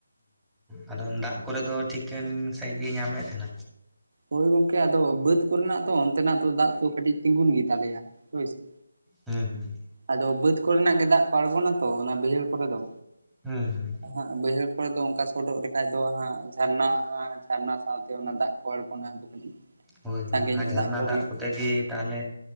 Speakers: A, in the centre; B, on the right.
A: ᱚᱸ ᱟᱫᱚ ᱫᱟᱜ ᱠᱚᱨᱮ ᱫᱚ ᱴᱷᱤᱠᱟᱹᱱ ᱥᱟᱺᱦᱤᱡ ᱜᱮᱭ ᱧᱟᱢᱮᱫ ᱛᱟᱦᱮᱸᱱᱟ?
B: ᱦᱳᱭ ᱜᱚᱝᱠᱮ ᱟᱫᱚ ᱵᱟᱹᱫᱽ ᱠᱚᱨᱮᱱᱟᱜ ᱫᱚ ᱚᱱᱛᱮᱱᱟᱜ ᱫᱚ ᱫᱟᱜ ᱫᱚ ᱠᱟᱹᱴᱤᱡ ᱛᱤᱸᱜᱩᱱ ᱜᱮᱛᱟᱞᱮᱭᱟ ᱦᱳᱭ ᱥᱮ?
A: ᱦᱩᱸ ᱦᱩᱸ᱾
B: ᱟᱫᱚ ᱵᱟᱹᱫᱽ ᱠᱚᱨᱮᱱᱟᱜ ᱜᱮ ᱫᱟᱜ ᱠᱚ ᱟᱬᱜᱚᱱᱟ ᱛᱚ ᱚᱱᱟ ᱵᱟᱹᱭᱦᱟᱹᱲ ᱠᱚᱨᱮ ᱫᱚ᱾
A: ᱦᱩᱸ ᱦᱩᱸ᱾
B: ᱦᱟᱸᱜ ᱵᱟᱹᱭᱦᱟᱹᱲ ᱠᱚᱨᱮ ᱫᱚ ᱚᱱᱠᱟ ᱥᱚᱰᱚᱜ ᱞᱮᱠᱷᱟᱡ ᱫᱚ ᱦᱟᱸᱜ ᱡᱷᱟᱨᱱᱟ ᱟᱸ ᱡᱷᱟᱨᱱᱟ ᱥᱟᱶᱛᱮ ᱚᱱᱟ ᱫᱟᱜ ᱠᱚ ᱟᱲᱜ ᱚᱱᱟ ᱟᱫᱚ ᱠᱟᱹᱴᱤᱡ᱾
A: ᱦᱳᱭ ᱦᱳᱭ
B: ᱥᱟᱸᱜᱮ
A: ᱚᱱᱟ
B: ᱧᱚᱜ
A: ᱡᱷᱟᱨᱱᱟ
B: ᱠᱚ
A: ᱫᱟᱜ
B: ᱦᱩᱭᱩᱜᱼᱟ
A: ᱠᱚᱛᱮ ᱜᱮ ᱛᱟᱦᱚᱞᱮ